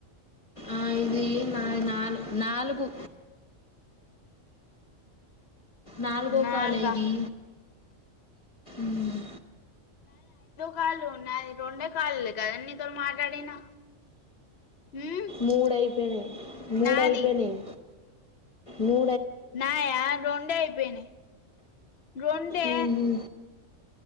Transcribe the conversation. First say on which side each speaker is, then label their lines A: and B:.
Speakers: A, on the left (about 25°); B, on the left (about 55°).
A: ఆ ఇది నాది నాలుగు నాలుగు నాలుగో
B: నాలుగా
A: కాల్ ఇది మ్మ్
B: కాళ్ళున్నది రొండే కాల్లె కదా నీతో మాట్లాడినా ఉమ్
A: మూడ అయిపోయినాయి మూడు
B: నాది
A: అయిపోయినాయి మూ
B: నయా రోండే అయిపోయినాయ్ రొండే
A: ఉహు.